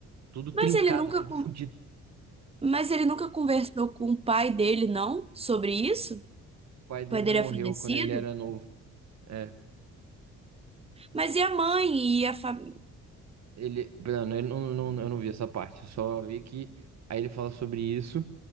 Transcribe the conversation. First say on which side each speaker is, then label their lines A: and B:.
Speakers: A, on the right (about 60°); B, on the right (about 20°).
A: tudo
B: Mas
A: trincada,
B: ele nunca,
A: tudo
B: con-
A: fodido.
B: mas ele nunca conversou com o pai dele, não? Sobre isso? O
A: pai dele
B: pai dele
A: morreu
B: é falecido?
A: quando ele era novo. É.
B: Mas e a mãe e a família?
A: Ele, não, eu não, não- eu não vi essa parte, eu só vi que aí ele fala sobre isso